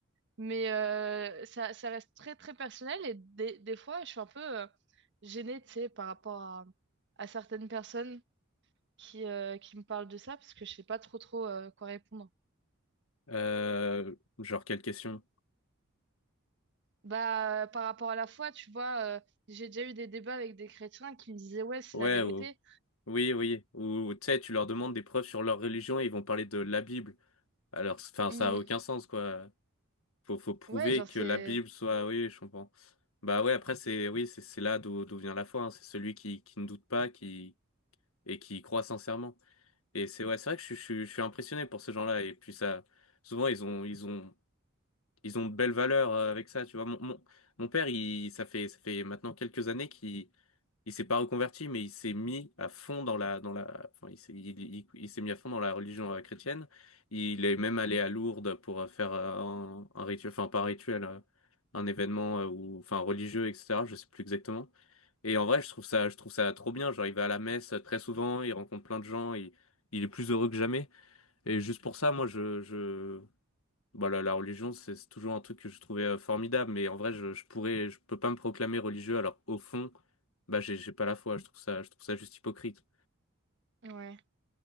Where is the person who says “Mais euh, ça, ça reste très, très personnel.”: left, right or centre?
Right